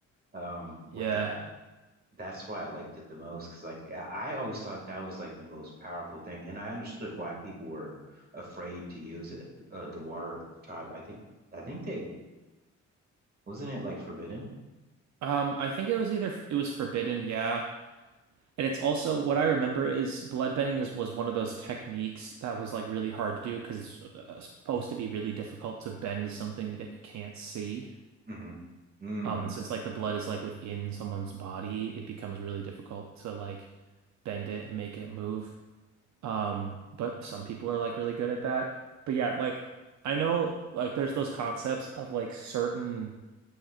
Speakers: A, on the right; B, on the right.
A: um
B: Yeah.
A: with that. That's why I liked it the most because like I I always thought that was like the most powerful thing, and I understood why people were afraid to use it. Uh, the water tribe, I think, I think they wasn't it like forbidden?
B: Um I think it was either it was forbidden, yeah. And it's also what I remember is bloodbending is was one of those techniques that was like really hard to do because it's uh, supposed to be really difficult to bend something that you can't see.
A: hmm Mm.
B: Um, and since like the blood is like within someone's body, it becomes really difficult to like bend it and make it move. Um, but some people are like really good at that. But yeah, like I know like there's those concepts of like certain